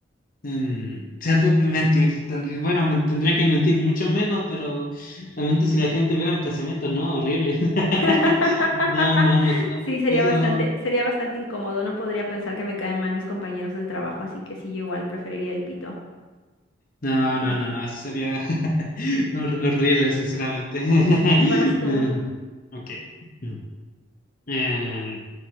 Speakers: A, on the left; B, on the left.
A: em, siento que mentir. tendrí- bueno, men- tendría que mentir mucho menos, pero realmente si la gente viera mi pensamiento, no, horrible. <laughs>
B: <laughs>
A: No, no, no, eso no,
B: Sí, sería
A: eso
B: bastante,
A: no lo-
B: sería bastante incómodo. No podría pensar que me caen mal mis compañeros del trabajo, así que sí, yo igual preferiría el pito.
A: No,
B: Sí.
A: no, no, no, eso sería <laughs> hor- horrible, sinceramente. <laughs>
B: Vas tú,
A: Em, ok. Mm. Em,